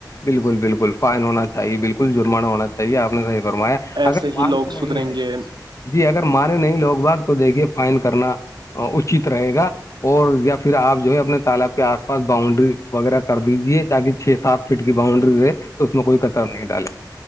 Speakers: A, on the left; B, on the right.
A: بالکل بالکل فائن ہونا چاہیے بالکل جرمانہ ہونا چاہیے آپ نے صحی فرمایا
B: ایسے
A: اگر مانتے
B: ہی لوگ
A: نہیں
B: سدھریں
A: ہے
B: گے
A: جی اگر مانے نہیں لوگ بھاگ تو دیکھیے فائن کرنا اچت رہے گا اور یا پھر آپ جو ہے اپنے تالاب کے آسا پس باؤنڈری وغیرہ کر دیجیے تاکہ چھ سات فٹ کی باؤنڈری رہے تو اس میں کوئی کچر نہیں ڈالے